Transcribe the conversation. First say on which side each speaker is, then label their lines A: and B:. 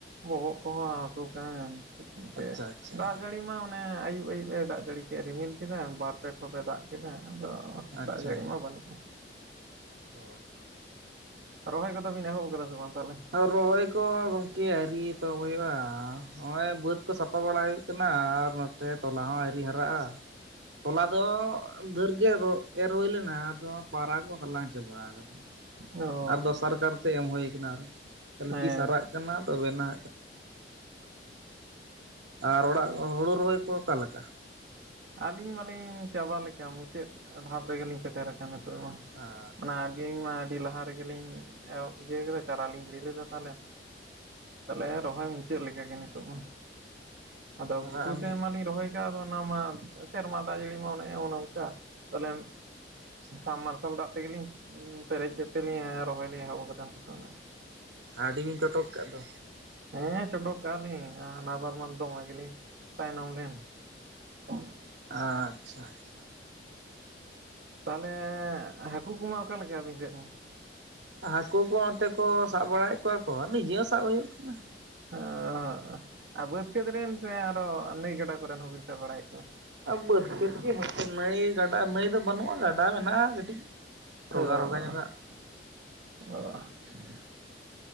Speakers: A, on the right; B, on the right.
A: ᱵᱚᱦᱚᱜ ᱠᱚᱦᱚᱸ ᱦᱟᱹᱥᱩ ᱠᱟᱱ᱾ <unintelligible>
B: ᱟᱪᱪᱷᱟ ᱟᱪᱪᱷᱟ
A: ᱫᱟᱜ ᱡᱟᱹᱲᱤ ᱢᱟ ᱚᱱᱮ ᱟᱹᱭᱩᱵ-ᱟᱹᱭᱩᱵ ᱮ ᱫᱟᱜ ᱡᱟᱹᱲᱤ ᱠᱮᱫ ᱨᱤᱢᱤᱞ ᱠᱮᱫᱟ᱾ ᱵᱟᱨ ᱯᱮ ᱴᱷᱚᱯ ᱮ ᱫᱟᱜ ᱠᱮᱫᱟ᱾ ᱟᱫᱚ
B: ᱟᱪᱪᱷᱟ
A: ᱫᱟᱜ ᱡᱟᱹᱲᱤ ᱢᱟ ᱵᱟᱹᱱᱩᱜᱼᱟ᱾
B: ᱚ
A: ᱨᱚᱦᱚᱭ ᱠᱚᱫᱚ ᱵᱤᱱ ᱮᱦᱚᱵ ᱠᱟᱫᱟ ᱥᱮ ᱵᱟᱝ ᱛᱟᱦᱚᱞᱮ?
B: ᱨᱚᱦᱚᱭ ᱠᱚ ᱜᱚᱢᱠᱮ ᱟᱹᱨᱤ ᱛᱚ ᱦᱩᱭᱩᱜᱼᱟ᱾ ᱱᱚᱜᱼᱚᱭ ᱵᱟᱹᱫᱽ ᱠᱚ ᱥᱟᱯᱷᱟ ᱵᱟᱲᱟ ᱦᱩᱭᱩᱜ ᱠᱟᱱᱟ ᱟᱨ ᱱᱚᱛᱮ ᱛᱚᱞᱟ ᱦᱚᱸ ᱟᱹᱨᱤ ᱦᱟᱨᱟᱜᱼᱟ᱾ ᱛᱚᱞᱟ ᱫᱚ ᱫᱷᱟᱹᱨ ᱜᱮ ᱮᱻ ᱮᱨ ᱦᱳᱭ ᱞᱮᱱᱟ᱾ ᱟᱫᱚ ᱯᱟᱹᱶᱨᱟ ᱠᱚ ᱦᱟᱞᱟᱝ ᱪᱟᱵᱟᱜ ᱚᱱᱟ ᱠᱚ ᱫᱚ
A: ᱚ
B: ᱟᱨ ᱫᱚᱥᱟᱨ ᱠᱟᱨᱛᱮ ᱮᱢ ᱦᱳᱭ ᱠᱟᱱᱟ ᱟᱨᱦᱚᱸ ᱛᱟᱞᱦᱮ
A: ᱦᱮᱸ
B: ᱛᱤᱥ ᱦᱟᱨᱟᱜ
A: ᱛᱚ
B: ᱠᱟᱱᱟ ᱛᱚᱵᱮ ᱱᱟ <unintelligible> ᱟᱨ ᱚᱲᱟᱜ ᱦᱳᱲᱳ ᱨᱚᱦᱚᱭ ᱠᱚ ᱚᱠᱟ ᱞᱮᱠᱟ
A: ᱟᱹᱞᱤᱧ ᱢᱟᱞᱤᱧ ᱪᱟᱵᱟ ᱞᱮᱠᱟ ᱢᱩᱪᱟᱹᱫ ᱫᱷᱟᱯ ᱨᱮᱜᱮ ᱞᱤᱧ ᱥᱮᱴᱮᱨ ᱟᱠᱟᱱᱟ ᱱᱤᱛᱚᱜ
B: ᱟᱪᱪᱷᱟ
A: ᱢᱟ <inaudible> ᱟᱹᱞᱤᱧ
B: ᱟᱪᱪᱷᱟ
A: ᱢᱟ ᱟᱹᱰᱤ ᱞᱟᱦᱟ ᱨᱮᱜᱮ ᱞᱤᱧ ᱤᱭᱟᱹ ᱠᱟᱫᱟ ᱪᱟᱨᱟ ᱞᱤᱧ ᱜᱤᱰᱤ ᱞᱮᱫᱟ ᱛᱟᱦᱞᱮ ᱛᱟᱞᱦᱮ
B: ᱟᱪᱪᱷᱟ
A: ᱨᱚᱦᱚᱭ ᱢᱩᱪᱟᱹᱫ ᱞᱮᱠᱟᱜᱮ ᱱᱤᱛᱚᱜ ᱢᱟ ᱟᱫᱚ
B: ᱦᱟᱨᱟᱜ
A: ᱜᱷᱩᱴᱩ
B: ᱟᱢ
A: ᱥᱮᱫ ᱢᱟᱞᱤᱧ ᱨᱚᱦᱚᱭ ᱠᱚ ᱟ ᱚᱱᱟ ᱢᱟ ᱥᱮᱨᱢᱟ ᱫᱟᱜ ᱡᱟᱹᱲᱤ ᱢᱟ ᱚᱱᱮ ᱚᱱᱠᱟ ᱛᱟᱦᱞᱮ
B: ᱟᱪᱪᱷᱟ
A: ᱥᱟᱢ
B: ᱟᱪᱪᱷᱟ
A: ᱢᱟᱨᱥᱟᱞ ᱫᱟᱜ ᱛᱮᱜᱮ ᱞᱤᱧ ᱯᱮᱨᱮᱡ ᱠᱮᱫ ᱛᱮ ᱞᱤᱧ ᱨᱚᱦᱚᱭ ᱞᱤᱧ ᱮᱦᱚᱵ ᱠᱟᱫᱟ <inaudible>
B: ᱟᱺᱰᱤ ᱵᱤᱱ ᱪᱚᱴᱚᱠ ᱠᱟᱫ ᱫᱚ
A: ᱦᱮᱸ ᱪᱚᱴᱚᱠ ᱠᱟᱜᱟ ᱞᱤᱧ ᱦᱟᱱᱟ ᱵᱟᱨ ᱢᱟ ᱫᱚᱢᱮ ᱜᱮᱞᱤ ᱛᱟᱭᱱᱚᱢ ᱞᱮᱱ <inaudible>
B: ᱟᱪᱪᱷᱟ ᱟᱪᱪᱷᱟ
A: ᱛᱟᱦᱞᱮ ᱦᱟᱹᱠᱩ ᱠᱚᱢᱟ ᱚᱠᱟ ᱞᱮᱠᱟ ᱟᱹᱵᱤᱱ ᱥᱮᱫ ᱦᱚᱸ
B: ᱦᱟᱹᱠᱳ ᱠᱚ ᱱᱚᱛᱮ ᱠᱚ ᱥᱟᱵ ᱵᱟᱲᱟᱭᱮᱫ ᱠᱚᱣᱟ ᱠᱚ ᱱᱤᱡᱮ ᱦᱚᱸ ᱥᱟᱵ ᱦᱩᱭᱩᱜ ᱠᱟᱱᱟ
A: <unintelligible> ᱵᱟᱹᱫᱽ ᱠᱷᱮᱛ ᱨᱮᱱ ᱥᱮ ᱟᱨᱦᱚ ᱱᱟᱹᱭ ᱜᱟᱰᱟ ᱠᱚᱨᱮᱱ ᱦᱚᱸᱵᱤᱱ ᱥᱟᱵ ᱵᱟᱲᱟᱭᱮᱫ ᱠᱚᱣᱟ
B: ᱵᱟᱹᱫᱽ ᱠᱷᱮᱛ ᱜᱮ ᱦᱮᱱᱟᱜ ᱱᱟᱹᱭ ᱜᱟᱰᱟ ᱱᱟᱹᱭ ᱫᱚ ᱵᱟᱹᱱᱩᱜᱼᱟ ᱜᱟᱰᱟ ᱢᱮᱱᱟᱜᱼᱟ ᱠᱟᱹᱴᱤᱡ
A: <unintelligible>
B: ᱨᱚᱜᱟ ᱨᱚᱜᱟ ᱧᱚᱜᱟᱜ
A: <inaudible>